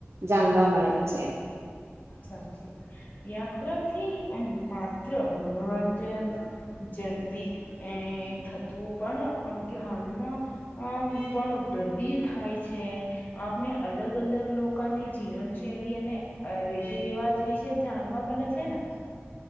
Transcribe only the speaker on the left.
સાચી યાત્રાથી માત્ર મનોરંજન જન તી એ થતું પણ જ્ઞાનમાં અ પણ વૃદ્ધિ થાય છે આપણે અલગ અલગ લોકોની જીવનશૈલી અને અ રીતિ રિવાજ વિશે જાણવા મળે છે ને